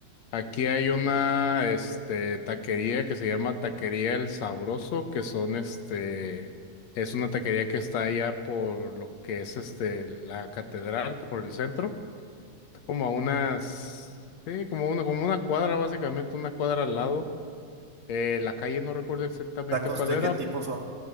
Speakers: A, on the left; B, on the right.
A: aquí hay una, este, taquería que se llama Taquería El Sabroso, que son, este, es una taquería que está allá por lo que es, este, la catedral, por el centro, Está como a unas, sí, como una, como una cuadra, básicamente, una cuadra al lado. Eh, la calle no recuerdo exactamente
B: ¿Tacos
A: cuál
B: de
A: era,
B: qué tipo son?